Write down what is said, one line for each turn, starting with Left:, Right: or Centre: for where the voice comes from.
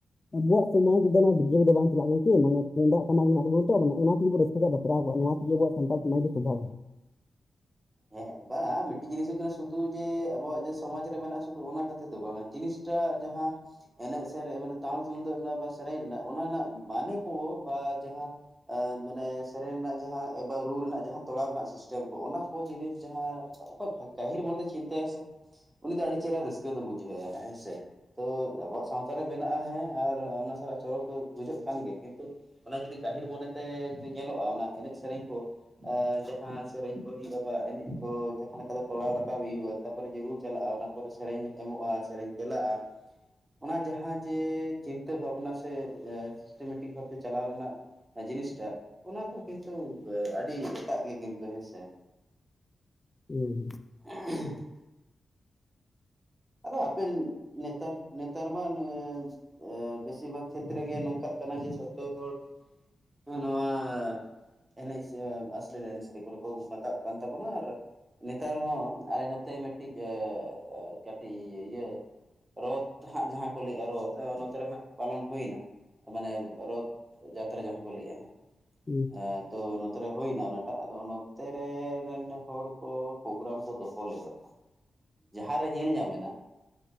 Left: ᱟᱵᱚᱣᱟᱜ ᱥᱚᱢᱟᱡ ᱫᱚ ᱰᱤᱡᱮ ᱠᱚᱫᱚ ᱵᱟᱝ ᱪᱟᱞᱟᱝᱼᱟ ᱜᱚᱝᱠᱮ ᱢᱟᱱᱮ ᱛᱩᱝᱫᱟᱹᱜ ᱴᱟᱢᱟᱠ ᱡᱮᱱᱟᱜ ᱛᱟᱰᱚᱱᱚ ᱚᱱᱟ ᱛᱮᱜᱮᱵᱚᱱ ᱨᱟᱹᱥᱼᱼ ᱵᱟᱨᱟᱣ ᱠᱚᱜᱼᱟ ᱱᱚᱣᱟ ᱥᱟᱱᱛᱟᱲ ᱥᱚᱢᱟᱡ ᱫᱚ ᱪᱟᱵᱟᱼᱼ
Right: ᱦᱮᱸ ᱵᱟᱝ ᱢᱤᱫᱴᱤᱡ ᱡᱤᱱᱤᱥ ᱦᱩᱭᱩᱜ ᱠᱟᱱᱟ ᱥᱩᱫᱩ ᱡᱮ ᱟᱵᱚᱣᱟᱜ ᱡᱮ ᱥᱚᱢᱟᱡ ᱨᱮ ᱢᱮᱱᱟᱜᱼᱟ ᱥᱩᱫᱷᱩ ᱚᱱᱟ ᱠᱷᱟᱹᱛᱤᱨ ᱫᱚ ᱵᱟᱝᱼᱟ ᱡᱤᱱᱤᱥ᱾ ᱮᱴᱟᱜ ᱡᱟᱦᱟᱸ ᱮᱱᱮᱡ ᱥᱮᱨᱮ ᱢᱟᱱᱮ ᱛᱟᱭᱚᱢᱥᱮᱜ ᱩᱱ ᱫᱚ ᱟᱵᱚᱣᱟᱜ ᱥᱮᱨᱮᱧ ᱨᱮᱱᱟᱜ ᱚᱱᱟ ᱨᱮᱱᱟᱜ ᱢᱟᱱᱮ ᱠᱚ ᱵᱟ ᱡᱟᱦᱟᱸ, ᱟᱸ ᱢᱟᱱᱮ ᱥᱮᱨᱮᱧ ᱨᱮᱱᱟᱜ ᱡᱟᱦᱟᱸ ᱮᱵᱟ ᱨᱩ ᱨᱮᱱᱟᱜ ᱡᱟᱦᱟᱸ ᱛᱚᱲᱟᱣ ᱨᱮᱱᱟᱜ ᱥᱤᱥᱴᱮᱢ ᱠᱚ ᱚᱱᱟ ᱠᱚ ᱡᱤᱱᱤᱥ ᱡᱟᱦᱟᱸ ᱚᱠᱟ ᱵᱷᱟᱜ ᱜᱟᱦᱤᱨ ᱢᱚᱱᱛᱮ ᱪᱤᱱᱛᱟᱹᱭ ᱟᱥᱮᱼᱼ ᱩᱱᱤ ᱫᱚ ᱟᱹᱰᱤ ᱪᱮᱦᱨᱟ ᱨᱟᱹᱥᱠᱟᱹ ᱫᱚ ᱵᱩᱡᱷᱟᱹᱣᱟᱭ ᱦᱟᱸᱜ ᱦᱮᱸ ᱥᱮ᱾ ᱛᱚ ᱟᱵᱚᱣᱟᱜ ᱥᱟᱶᱛᱟᱨᱮ ᱢᱮᱱᱟᱜᱼᱟ ᱦᱮᱸ ᱟᱨ ᱚᱱᱟ ᱥᱟᱞᱟᱜ ᱪᱚᱨᱚᱠ ᱫᱚ ᱵᱩᱡᱷᱟᱹᱜ ᱠᱟᱱ ᱜᱮᱭᱟ ᱠᱤᱱᱛᱩ, ᱚᱱᱟ ᱡᱩᱫᱤ ᱜᱟᱹᱦᱤᱨ ᱢᱚᱱᱮᱛᱮ ᱡᱩᱫᱤ ᱧᱮᱞᱚᱜᱼᱟ ᱚᱱᱟ ᱮᱱᱮᱡ ᱥᱮᱨᱮᱧ ᱠᱚ ᱮ ᱡᱟᱦᱟᱸ ᱥᱮᱨᱮᱧ ᱠᱚ ᱦᱩᱭᱩᱜᱼᱟ, ᱮᱱᱮᱡ ᱠᱚ ᱡᱟᱦᱟᱸ ᱞᱮᱠᱟᱛᱮ ᱛᱚᱲᱟᱣ ᱨᱟᱠᱟᱵᱮ ᱦᱩᱭᱩᱜᱼᱟ ᱛᱟᱯᱚᱨᱮ ᱡᱟᱹᱨᱩᱲ ᱪᱟᱞᱟᱜᱼᱟ ᱚᱱᱟ ᱯᱚᱨᱮ ᱥᱮᱨᱮᱧ ᱮᱢᱚᱜᱼᱟ ᱥᱮᱨᱮᱧ ᱪᱟᱞᱟᱜᱼᱟ ᱚᱱᱟ ᱡᱟᱦᱟᱸ ᱡᱮ ᱪᱤᱱᱛᱟᱹ ᱵᱷᱟᱵᱱᱟ ᱥᱮ ᱥᱤᱥᱴᱮᱢᱮᱴᱤᱠ ᱵᱷᱟᱵᱛᱮ ᱪᱟᱞᱟᱣ ᱨᱮᱱᱟᱜ ᱡᱤᱱᱤᱥᱴᱟᱜ ᱚᱱᱟ ᱫᱚ ᱠᱤᱱᱛᱩ ᱟᱹᱰᱤ ᱮᱴᱟᱜ ᱜᱮ ᱠᱤᱱᱛᱩ ᱦᱮᱸᱥᱮ᱾
Left: ᱦᱩᱸ
Right: <unintelligible> ᱟᱫᱚ ᱟᱯᱮᱱ ᱱᱮᱛᱟᱨ ᱱᱮᱛᱟᱨ ᱢᱟ ᱱᱤᱭᱟᱹ, ᱮ ᱵᱮᱥᱤᱨ ᱵᱷᱟᱜᱽ ᱠᱷᱮᱛᱮᱨᱮ ᱜᱮ ᱱᱚᱝᱠᱟᱜ ᱠᱟᱱᱟ ᱡᱮ ᱡᱷᱚᱛᱚ ᱦᱚᱲ, ᱦᱮ ᱱᱚᱣᱟᱻ, ᱮᱱᱮᱡ ᱥᱮ ᱟᱥᱞᱤᱨᱮᱱ ᱥᱟᱹᱨᱤ ᱜᱚᱨᱚ ᱠᱩᱳ ᱢᱮᱛᱟᱜ ᱠᱟᱱ ᱛᱟᱵᱚᱱᱟ ᱟᱨ, ᱱᱮᱛᱟᱨ ᱦᱚᱸ ᱟᱞᱮ ᱱᱚᱛᱮ ᱢᱤᱫᱴᱤᱡ ᱮ ᱠᱟᱹᱴᱤᱡ ᱤᱭᱟᱹ, ᱨᱚᱛ ᱦᱟᱜ ᱡᱟᱦᱟ ᱠᱚ ᱞᱟᱹᱭᱮᱜᱼᱟ ᱨᱚᱛ ᱱᱚᱛᱮ ᱨᱮ ᱦᱟᱸᱜ ᱯᱟᱞᱚᱱ ᱦᱩᱭᱱᱟ᱾ ᱢᱟᱱᱮ ᱨᱚᱛ ᱡᱟᱛᱨᱟ ᱡᱟᱦᱟ ᱵᱚ ᱞᱟᱹᱭ ᱮᱼᱟ ᱦᱟᱜ᱾
Left: ᱦᱩᱸ,
Right: ᱮᱸ ᱛᱚ ᱱᱚᱛᱮᱨᱮ ᱦᱩᱭᱱᱟ ᱚᱱᱟᱴᱟᱜ ᱟᱫᱚ ᱱᱚᱛᱮᱨᱮ ᱢᱮᱱᱮ ᱦᱚᱲ ᱠᱳ, ᱯᱨᱳᱜᱨᱟᱢ ᱠᱚ ᱫᱚᱦᱚ ᱞᱮᱫᱟ ᱡᱟᱦᱟᱸᱨᱮ ᱧᱮᱞ ᱧᱟᱢᱮᱱᱟ,